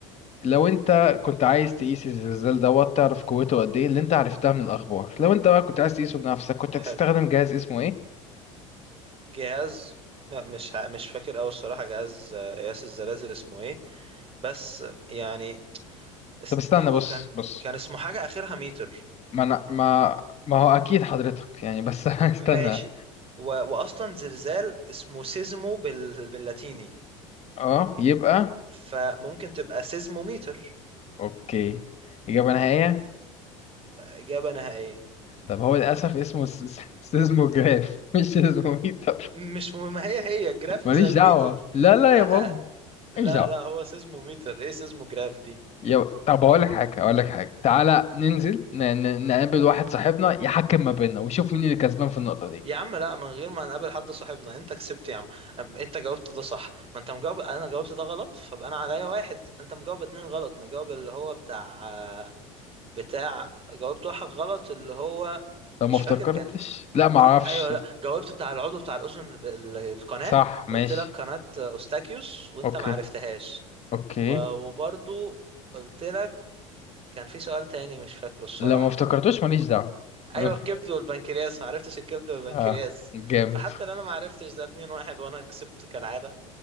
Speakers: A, on the left; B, on the right.
A: لو انت كنت عايز تقيس الزلزال دوت تعرف قوته قد ايه اللي انت عرفتها من الاخبار لو انت بقى كنت عايز تقيسه بنفسك كنت
B: حلو
A: هتستخدم جهاز اسمه ايه
B: جهاز لا مش ع- مش فاكر اوي الصراحة جهاز آه، قياس الزلازل اسمه ايه بس يعني اس-
A: طب استنى
B: هو
A: بص
B: كان
A: بص
B: كان اسمه حاجة اخرها متر
A: ما أنا ما ما هو اكيد حضرتك يعني بس <laughs> استنى
B: وماشي و... واصلا زلزال اسمه سيزمو بال... باللاتيني
A: اه يبقى
B: فممكن تبقى سيزموميتر
A: اوكي اجابة نهائية
B: إجابة نهائية
A: طب هو للاسف اسمه س- س- سيزموجراف مش سيزموميتر
B: مش مهم ما هي هي جراف
A: ماليش
B: زي
A: دعوة
B: ميتر
A: لا لا
B: لا
A: يا بابا
B: لا
A: ماليش دعوة
B: لا هو سيزموميتر ايه سيزموجراف دي
A: يا ب... طب هقول لك حاجة هقول لك حاجة تعالى ننزل ن... ن... نقابل واحد صاحبنا يحكم ما بيننا ويشوف مين اللي كسبان في النقطة دي
B: يا عم لا من غير ما نقابل حد صاحبنا انت كسبت يا عم أم- انت جاوبت ده صح ما انت مجاوب انا جاوبت ده غلط فبقى انا عليا واحد انت مجاوب اتنين غلط مجاوب اللي هو بتاع بتاع جاوبت واحد غلط اللي هو
A: لو
B: مش
A: ما افتكرتش
B: فاكر كان
A: لا ما اعرفش
B: ايوه لا جاوبت بتاع العضو بتاع الاذن بال- القناة
A: صح
B: قلت
A: ماشي
B: لك قناة أوستاكيوس وانت
A: اوكي
B: ما عرفتهاش
A: اوكي
B: و- وبرضو قلت لك كان في سؤال تاني مش فاكره الصراحة
A: لو ما افتكرتوش ماليش دعوة <laughs>
B: ايوه الكبد والبنكرياس ما عرفتش الكبد والبنكرياس
A: اه جامد
B: فحتى لو انا ما عرفتش ده 2 واحد وانا كسبت كالعادة